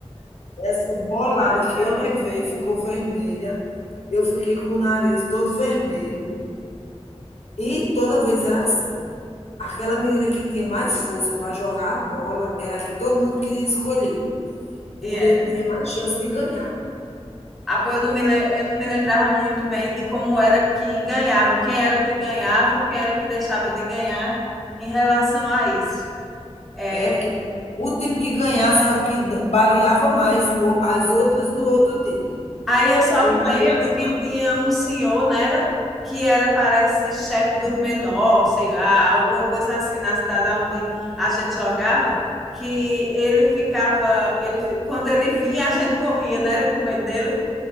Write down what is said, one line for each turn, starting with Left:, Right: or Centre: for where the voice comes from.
Left: Essa bolada
Centre: Ai,
Left: que eu levei
Centre: meu Deus.
Left: ficou vermelha. Eu fiquei com o nariz todo vermelho. E toda vez era assim. Aquela menina que tinha mais força para jogar a bola era a que todo mundo queria escolher, porque
Centre: E era.
Left: tinha mais chance de ganhar.
Centre: Ah, pô, eu não me, le- eu não me lembrava muito bem de como era que ganhava, quem era que ganhava ou quem era que deixava de ganhar em relação a isso. É,
Left: É que o time que ganhasse é o que d- baleava mais o- as outras do outro time.
Centre: Aí eu só
Left: Quem
Centre: me
Left: baleasse
Centre: lembro que
Left: mais.
Centre: tinha um senhor, né, era, que era, parece, chefe dos menores, sei lá, alguma coisa assim, na cidade onde a gente jogava, que ele ficava, ele, fi- quando ele vinha, a gente corria, né, era com medo dele,